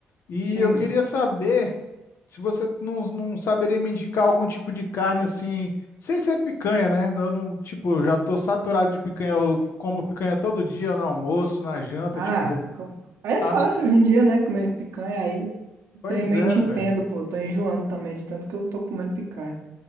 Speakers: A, on the left (about 65°); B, on the right (about 80°).
A: E
B: sim.
A: eu queria saber se você não, não saberia me indicar algum tipo de carne assim, sem ser picanha, né? Eu não, tipo, já tô saturado de picanha. Eu como picanha todo dia, no almoço, na janta,
B: Ah,
A: tipo,
B: com- é
A: sabe?
B: fácil hoje em dia, né? Comer picanha aí.
A: Pois
B: Também
A: é,
B: te
A: velho.
B: entendo, pô. Tô enjoando também de tanto que eu tô comendo picanha.